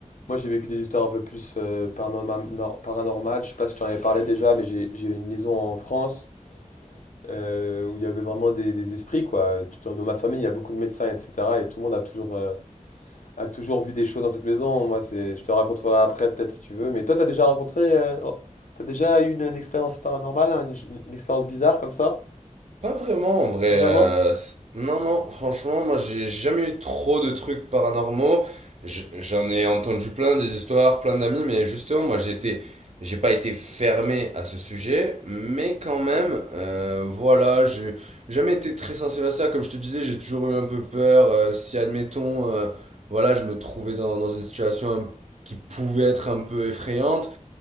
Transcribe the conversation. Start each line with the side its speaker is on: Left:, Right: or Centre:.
Left: moi j'ai vécu des histoires un peu plus euh, paranorma- nor- paranormales, je sais pas si je t'en avais parlé déjà, mais j'ai j'ai une maison en France euh, où il y avait vraiment des, des esprits, quoi. Dans, dans ma famille, il y a beaucoup de médecins, etc., et tout le monde a toujours... euh, a toujours vu des choses dans cette maison. Moi, c'est, je te raconterai après, peut-être si tu veux. Mais toi, t'as déjà rencontré, euh, oh, t'as déjà eu une, une expérience paranormale, hein, une, une- une expérience bizarre comme ça?
Right: Pas vraiment en vrai.
Left: Vraiment?
Right: euh, c- non, non, franchement, moi j'ai jamais eu trop de trucs paranormaux. Je- J'en ai entendu plein des histoires, plein d'amis, mais justement, moi j'étais, j'ai pas été fermé à ce sujet, mais quand même, euh, voilà, j'ai jamais été très sensible à ça. Comme je te disais, j'ai toujours eu un peu peur. euh, si admettons, euh, voilà, je me trouvais dans, dans une situation un- qui pouvait être un peu effrayante,